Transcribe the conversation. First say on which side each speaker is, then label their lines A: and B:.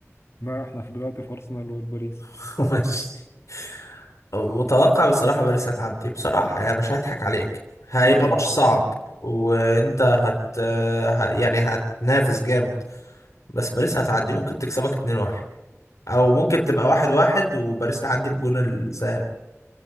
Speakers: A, on the left; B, on the left.
A: لا احنا في دلوقتي في ارسنال والباريس
B: <laughs> ماشي متوقع بصراحة باريس هتعدي بصراحة يعني مش هضحك عليك هيبقى
A: الراجل
B: ماتش
A: مش
B: صعب
A: حلو
B: وانت هت آه، ه- يعني هتنافس جامد بس باريس هتعدي ممكن تكسبك 2-1 او ممكن تبقى 1-1 وباريس تعدي بجون الذهاب